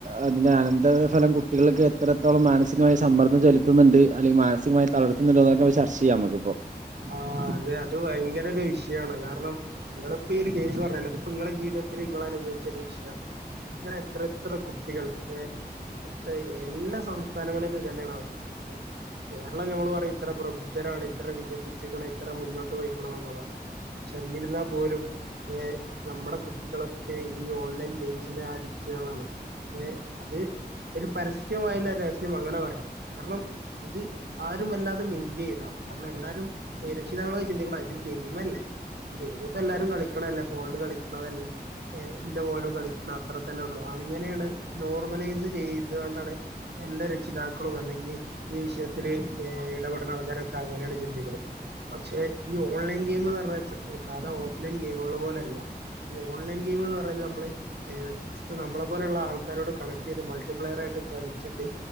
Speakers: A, on the right; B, on the right.
A: അതിന് അനന്തര ഫലം കുട്ടികൾക്കെ എത്രത്തോളം മാനസികമായ സമ്മദ്ദം ചെലത്തുന്നുണ്ട് അല്ലങ്കിൽ മാനസികമായി തളർത്തുന്ന്ണ്ട് എന്നൊക്കെ ചർച്ച ചെയ്യാം നമുക്കിപ്പോ
B: ആഹ് അതെ അത് ഭയങ്കര ഒരു വിഷയണ് കാരണം നിങ്ങളിപ്പോ ഈ ഒരു കേസ് പറഞ്ഞാലോ ഇതിപ്പോ നിങ്ങളടെ ജീവിതത്തിൽ നിങ്ങൾ അനുഭവിച്ച ഒരു വിഷയമാണ് ഇങ്ങന എത്ര എത്ര കുട്ടികൾ ഏ എത്ര എല്ലാ സംസ്ഥാനങ്ങളിലും തന്നെയാണ് അവസ്ഥ ഏ കേരളം നഞമ്മൾ പറ ഇത്ര പ്രബുദ്ധരാണ് ഇത്ര വിക ഇത്ര മുന്നോട്ട് പോയിക്കണം എന്നൊക്കെ പറ ചെന്നിരുന്നാൽ പോലും നമ്മുടെ കുട്ടികളൊക്കെ ഈ ഓൺലൈൻ ഗെയിംസിെ അഡിക്റ്റുകളാണ് അത് ഒരു പരസ്യമായുള്ള രഹസ്യം അങ്ങനെ പറയാം കാരണം ഇത് ആരും വല്ലാതെ മെയിൻറ്റെയിൻ ചെയ്താണ് കാരണം എല്ലരും രക്ഷിതാക്കളൊക്കെ ചിന്തിക്കണം ഇത് ഗെയിം അല്ലേ ഗെയിമ ഇപ്പോ എല്ലാരും കളിക്കണല്ലേ ഫോണിൽ കളിക്കണതല്ലേ എന്റെ മോനും കളിക്കണം അത്ര തന്നെ ഉള്ളു അങ്ങനെയാണ് നോർമലൈസ് ചെയ്തുകൊണ്ടാണ് എല്ലാ രക്ഷിതാക്കളും അല്ലെങ്കിൽ ഈ വിഷയത്തില്ൽ ഇടപെട ആൾകാരൊക്കെ അങ്ങനെയാണ് ചിന്തിക്കുന്നത് പക്ഷെ ഈ ഓൺലൈൻ ഗെയിം എന്ന് പറഞ്ഞാ സാധാര ഓഫ്ലൈൻ ഗെയിമുകൾ പോലെയല്ല ഈ ഓൺലൈൻ ഗെയിം എന്ന് പറഞ്ഞാല് നമ്മള് ർ വ്യത്യസ്തം നമ്മളെ പോലുള്ള ആൾക്കാരോട് കണക്ട് ചെയ്ത് മൾട്ടിപ്ലെയർ ആയിട്ട് കളിച്ചിട്ട്